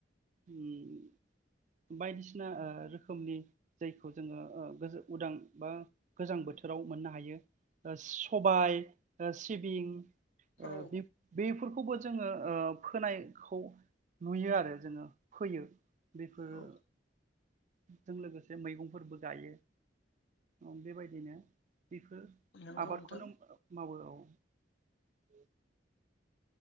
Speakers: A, on the right; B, on the left.
A: ओम बायदिसिना ओ रोखोमनि जायखौ जोङो ओ गोज उदां बा गोजां बोथोराव मोननो हायो ओ सबाय ओ सिबिं ओ
B: औ
A: बिब-बिब फोरखौबो जोङो ओ फोनायखौ नुयो आरो जोङो फोयो। बेफोरो
B: औ
A: जों लोगोसे मैगंफोरबो गाइयो। ओम बेबायदिनो। बेफोर
B: नंगौ
A: आबादखौनो
B: नोंथां
A: मावो औ। लांदां